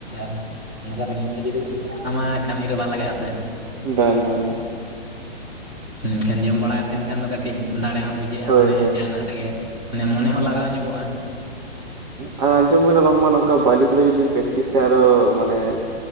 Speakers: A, on the right; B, on the right.
A: <inaudible> ᱚᱱᱠᱟ ᱨᱮᱸᱜᱮᱡ ᱛᱮ ᱡᱩᱫᱤ ᱟᱢᱟᱜ ᱠᱟᱹᱢᱤ ᱨᱮ ᱵᱟᱝ ᱞᱟᱜᱟᱜᱼᱟ ᱥᱮ
B: ᱵᱟᱝ ᱵᱟᱝ ᱵᱟᱝ
A: ᱢᱮᱱᱠᱷᱟᱱ ᱡᱚᱢ ᱵᱟᱲᱟ ᱠᱟᱛᱮ ᱠᱷᱟᱱ ᱫᱚ ᱠᱟᱹᱴᱤᱡ ᱫᱟᱲᱮ ᱦᱚᱸ ᱵᱩᱡᱷᱟᱹᱜᱼᱟ
B: ᱦᱳᱭ
A: ᱢᱟᱱᱮ
B: ᱦᱳᱭ
A: ᱡᱟᱦᱟᱱᱟᱜ ᱨᱮᱜᱮ ᱢᱟᱱᱮ ᱢᱚᱱᱮ ᱦᱚᱸ ᱞᱟᱜᱟᱣ ᱧᱚᱜᱚᱜᱼᱟ
B: ᱦᱸ ᱟᱸᱡᱚᱢ ᱠᱟᱱᱟ ᱵᱟᱝᱢᱟ ᱱᱚᱝᱠᱟ ᱵᱟᱞᱤ ᱥᱟᱨᱮ ᱡᱩᱫᱤ ᱯᱮᱠᱴᱤᱥ ᱥᱟ ᱟᱨᱚ ᱢᱟᱱᱮ